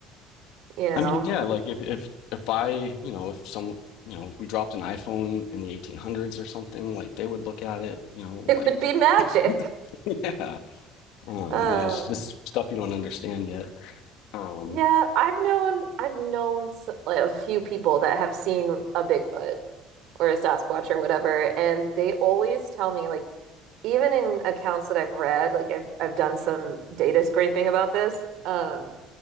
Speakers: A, on the right; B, on the left.
A: you know.
B: i mean yeah
A: <laughs>
B: like if if if i you know if some you know if we dropped an iphone in the 1800s or something like they would look at it you know like
A: It would be magic.
B: <laughs> yeah um
A: Um
B: you know it's just stuff you don't understand yet um
A: yeah, I've known I've known like, a few people that have seen a Bigfoot or a Sasquatch or whatever, and they always tell me like even in accounts that I've read, like I've I've done some data scraping about this, um,